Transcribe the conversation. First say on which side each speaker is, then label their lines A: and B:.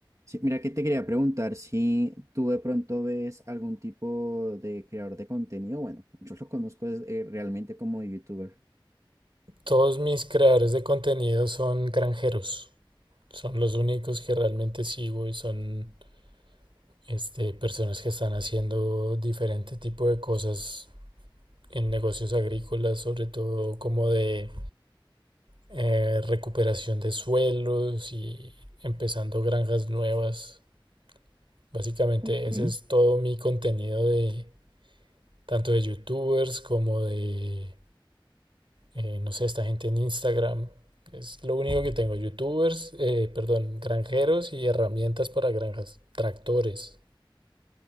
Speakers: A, on the right; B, on the right.
A: Sí, mira que te quería preguntar si tú de pronto ves algún tipo de creador de contenido. Bueno, yo lo conozco es, eh, realmente como youtuber.
B: Todos mis creadores de contenido son granjeros. Son los únicos que realmente sigo y son este, personas que están haciendo diferente tipo de cosas en negocios agrícolas, sobre todo como de eh, recuperación de suelos y empezando granjas nuevas. Básicamente
A: Ok,
B: ese es todo mi contenido de tanto de youtubers como de eh, no sé, esta gente en Instagram. Es lo único que tengo, youtubers, eh, perdón, granjeros y herramientas para granjas, tractores,